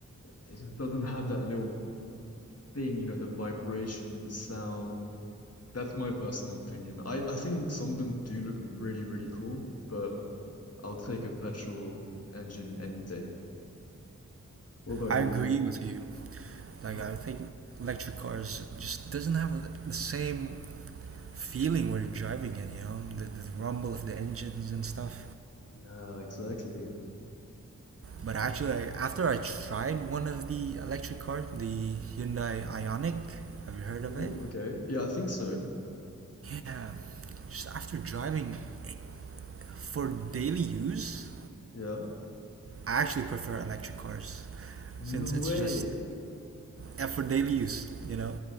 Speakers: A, on the left; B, on the right.
A: it just doesn't have that little thing, you know, the vibration, the sound. That's my personal opinion. I I think some of them do look really, really cool, but I'll take a petrol engine any day. What about
B: I
A: you?
B: agree with you. Like
A: <laughs>
B: I think electric cars just doesn't have the the same feeling when you're driving it, you know, the, the rumble of the engines and stuff.
A: Yeah, exactly.
B: But actually, I, after I tried one of the electric cars, the Hyundai Ioniq. have you heard of
A: Oh,
B: it?
A: okay. Yeah, I think so.
B: Yeah, just after driving it for daily use,
A: Yeah.
B: I actually prefer electric cars
A: No
B: since it's
A: way.
B: just yeah, for daily use, you know.